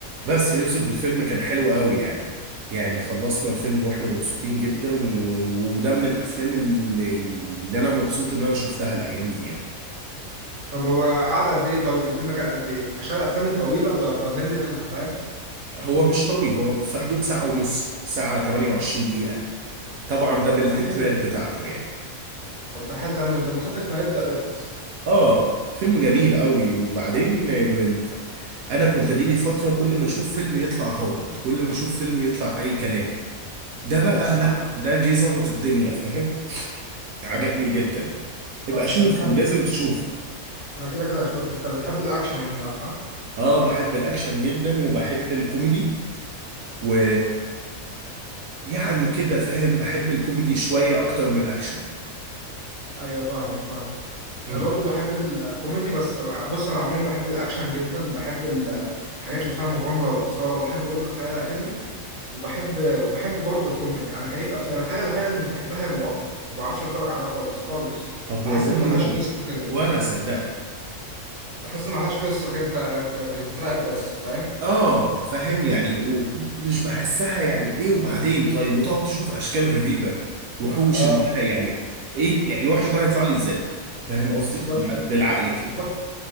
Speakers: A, on the right; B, on the right.
A: بس يوسف الفيلم كان حلو قوي يعني يعني خلصنا الفيلم واحنا مبسوطين جدا و... وده من الافلام اللي... اللي انا مبسوط ان انا شفتها الايام دي يعني
B: طب هو قعد قد ايه طب الفيلم كان قد ايه عشان الافلام الطويله ب- بمل منها فاهم
A: هو مش طويل هو في حدود ساعة ونص ساعة 28 دقيقة طبعا ده
B: طب
A: بالتتوات
B: ده حلو
A: بتاعته يعني
B: طب ده حلو ده م- ده مسافه ما يبدا يخلص
A: اه فيلم جميل قوي وبعدين من- انا كنت دي لي فترة كل ما اشوف فيلم يطلع هابط كل ما اشوف فيلم يطلع اي كلام ده
B: ايوه
A: بقى
B: الصراحه
A: لا ده جه ظبط الدنيا فاهم عجبني
B: ايوه ايوه
A: جدا ابقى
B: اه
A: شوفه
B: انت بتحب
A: لازم
B: ال...
A: تشوفه
B: انا كده كده هشوفه انت بتحب الاكشن انت اه
A: اه بحب الاكشن جدا وبحب الكوميدي و يعني كده فاهم بحب الكوميدي شوية اكتر من الاكشن
B: ايوه فاهمك فاهمك
A: امم
B: انا برضو بحب الكوميدي بس بص انا عموما بحب الاكشن جدا بحب الحاجات اللي فيها مغامره واثاره وبحب برضو الخيال العلمي وبحب وبحب برضه الكوميدي انا كيف افلام الحاجه الوحيده اللي مش بحبها هي الرعب ما بعرفش اتفرج عليها خالص خالص
A: طب
B: بحس
A: والله
B: ان ملهاش
A: وانا
B: قصه كده
A: وانا صدقني
B: بحس ان ملهاش قصه كده انت ك- بتترعب بس فاهم
A: اه فاهم يعني ومش بحسها يعني ايه وبعدين طيب وتقعد تشوف اشكال غريبة وحوش
B: اه
A: انتهى يعني ايه يعني الوحش ده هيطلع لي ازاي فاهم قصدي
B: بالظبط
A: مع- بالعقل كده
B: بالظبط